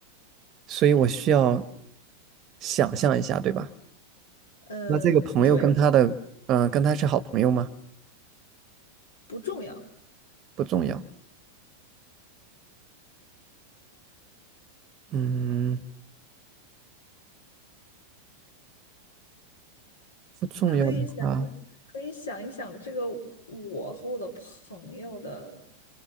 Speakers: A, on the right; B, on the left.
A: 所以我需要想象一下，对吧？
B: 呃，
A: 那这个朋友跟他的，
B: 对，
A: 嗯，跟他是好朋友吗？
B: 不重要，
A: 不重要。嗯，不重要的话，
B: 可以想一，可以想一想这个我和我的朋友的